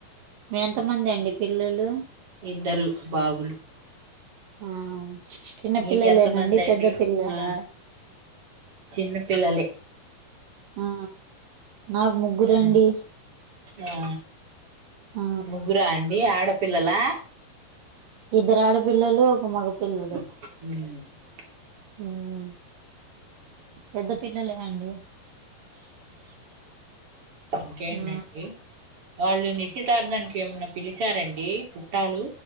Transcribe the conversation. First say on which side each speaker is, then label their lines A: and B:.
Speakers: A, on the right; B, on the right.
A: మీ ఎంతమంది అండి పిల్లలు
B: ఇద్దరు బాబులు
A: ఆ చిన్న
B: మీకెంత
A: పిల్లలేనండి
B: మంది అండి
A: పెద్ద పిల్లలా
B: ఆ చిన్న పిల్లలే
A: ఆ నాకు ముగ్గురండి
B: ఆ ఆ
A: ఆ
B: ముగ్గురా అండి ఆడపిల్లలా
A: ఇద్దరు ఆడపిల్లలు ఒక మగ పిల్లోడు
B: ఉ
A: ఉం పెద్ద పిల్లలే అండి
B: ఇంకేంటండి
A: ఆ
B: వాళ్ళు నిశ్చితార్థానికి ఏమన్నా పిలిచారండి చుట్టాలు